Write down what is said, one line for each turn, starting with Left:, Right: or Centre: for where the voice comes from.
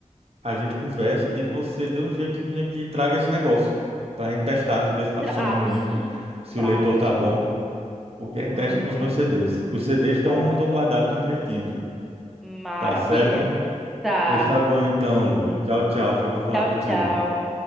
Right: a gente conversa e você dê um jeito de vir aqui e traga esse negócio para a gente testar, ver se está
Centre: Trago,
Right: funcionando mesmo,
Centre: sim.
Right: se
Centre: Trago,
Right: o leitor tá
Centre: sim.
Right: bom. Porque a gente
Centre: Uhum.
Right: testa com os meus CDs. Os CDs estão
Centre: Pronto.
Right: estão guardados, estão direitinho aqui.
Centre: Maravilha.
Right: Tá certo?
Centre: Tá.
Right: Pois tá bom então, Lua. Tchau, tchau. Foi bom falar
Centre: Tchau,
Right: contigo.
Centre: tchau.